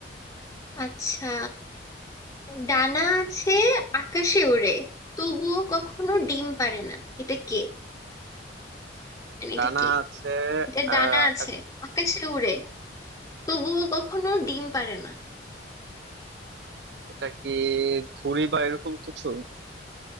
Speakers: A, on the left; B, on the right.
A: আচ্ছা ডানা আছে আকাশে ওড়ে তবুও কখনো ডিম পারে না এটা কে মানে
B: ডানা
A: এটা কি
B: আছে
A: এটা
B: আহ
A: ডানা
B: আকাশ
A: আছে আকাশে উড়ে তবুও কখনো ডিম পারে না
B: এটা কি ঘুড়ি বা এরকম কিছু